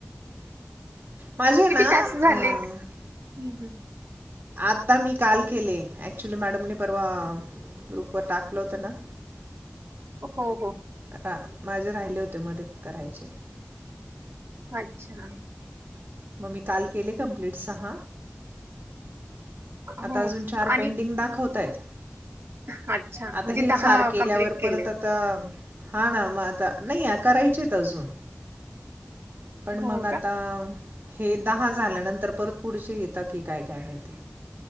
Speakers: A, on the right (about 50°); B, on the right (about 65°).
A: माझे ना
B: टास्क झाले?
A: अम-
B: हम्म, हम्म.
A: आता मी काल केले ऍक्च्युली मॅडमने परवा ग्रुपवर टाकलं होतं ना,
B: हो.
A: हां माझे राहिले होते मध्ये करायचे.
B: अच्छा!
A: मग मी काल केले कम्प्लीट सहा.
B: हो
A: आता अजून चार
B: आणि
A: पेंडिंग दाखवतायेत.
B: अच्छा म्हणजे
A: आता हे
B: दहा
A: चार केल्यावर
B: कंप्लीट केले.
A: परत आता, तर हां ना मग आता नाही आहे करायचे आहेत अजून, पण
B: हो
A: मग आता
B: का?
A: हे दहा झाल्यानंतर परत पुढचे येता की काय काय माहिती?